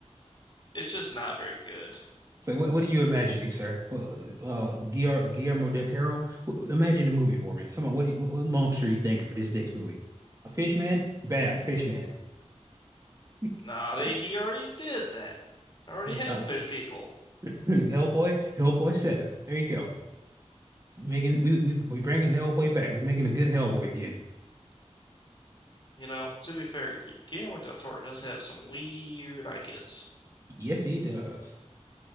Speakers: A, on the left (about 40°); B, on the right (about 25°).
A: it's just not very good.
B: So what, what are you imagining, sir? Well, uh, Guillermo, Guillermo del Toro, W- imagine a movie for me. Come on, what, do you, what, what monster are you thinking for this next movie? A fish man? Bam, fish man. <laughs>
A: Nah, they he already did that. Already had
B: Uh,
A: fish people.
B: <laughs> Hellboy, Hellboy seven. There you go. Making we we we bringing Hellboy back. We're making a good Hellboy again.
A: You know, to be fair, Gu- Guillermo del Toro does have some weird ideas.
B: Yes, he does. <laughs>